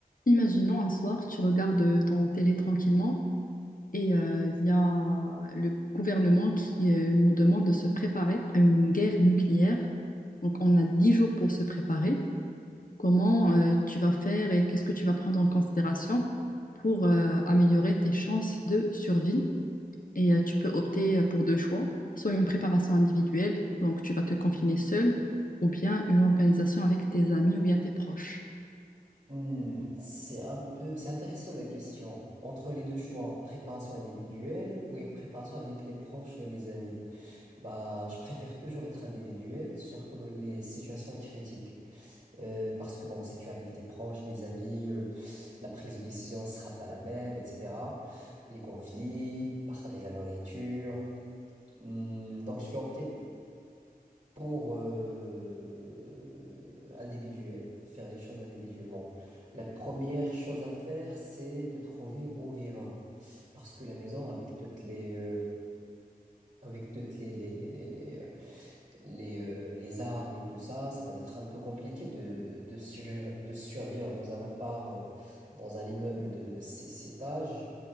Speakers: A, on the left; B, on the right.
A: Imaginons un soir, tu regardes ton télé tranquillement et euh, il y a le gouvernement qui euh, nous demande de se préparer à une guerre nucléaire. Donc on a 10 jours pour se préparer. Comment euh, tu vas faire et qu'est-ce que tu vas prendre en considération pour euh, améliorer tes chances de survie? Et euh, tu peux opter pour deux choix, soit une préparation individuelle, donc tu vas te confiner seul, ou bien une organisation avec tes amis ou bien tes proches.
B: Hmm, c'est un peu, c'est intéressant la question. Entre les deux choix, préparation individuelle ou une préparation avec les proches ou les amis, bah, je préfère toujours être individuel, surtout dans les situations critiques. Euh, parce que bon, si tu es avec des proches, des amis, euh, la prise de décision ne sera pas la même, etc. Les conflits, partager la nourriture. Hmm, donc je vais opter pour euh, individuel, faire les choses individuellement. La première chose à faire, c'est de trouver où vivre. Parce que la maison, avec toutes les, euh, avec toutes les, les, les, les, les, euh, les, euh, les armes et tout ça, ça va être un peu compliqué de, de, survivre, de survivre dans un appart, euh, dans un immeuble de six étages.